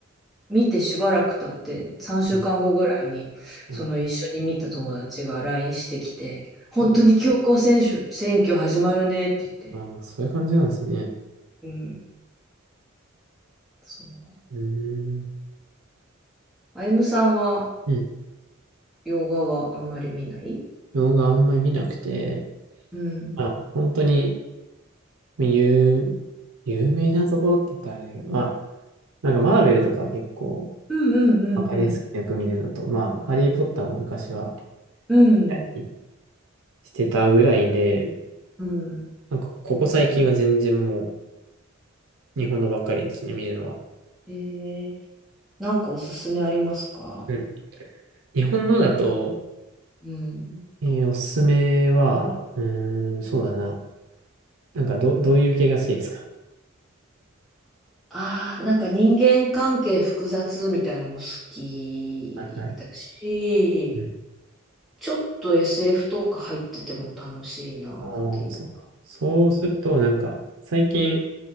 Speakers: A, in the centre; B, on the right.
A: 見てしばらく経って、3週間後ぐらいに、
B: うんあ、
A: その一緒に見た友達が LINE してきて、本当に強行選手、
B: そ
A: 選挙始まるねって言って。
B: う、あ、そういう感じなんですね。
A: うん、そう。
B: うーん。
A: あゆむさんは、
B: うん。
A: 洋画はあんまり見ない
B: 動画あんまり見なくて、
A: うん。
B: まあ、本当に、有、有名なところって言ったらあれだけど、まあ、なんかマーベルとか結構
A: うんうんうん
B: わかりやすくてよく見るのと、まあ、ハリー・ポッターも昔は
A: うん。
B: 見たりしてたぐらいで、
A: うん。うん。
B: なんかここ最近は全然もう日本のばっかりですね、見るのは。
A: えー、なんかおすすめありますか
B: うん日本のだと、
A: うん。
B: えーおすすめは、うーん、そうだな。なんか、ど、どういう系が好きですか
A: ああ、なんか人間関係複雑みたいのも好きだし、
B: はいはい。うん
A: ちょっと SF とか入ってても楽しいなっていう。
B: おー、そうか。そうすると、
A: うん。
B: なんか、最近